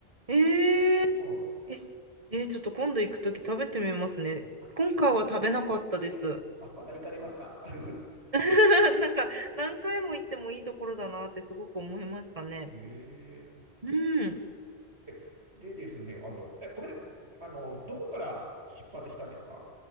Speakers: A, on the right; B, on the right.
A: えー、
B: は
A: え、えーちょっと今度行くとき食べてみますね。
B: あ今度また、
A: 今回は食べなかったです。
B: あ、また行かれますか。あの
A: <laughs> なんか何回も行ってもいいところだなってすごく思いましたね。
B: <laughs> へえ。
A: うん。
B: えでですね、あの、え、ごめんなさい。あの、どこから出発したんですか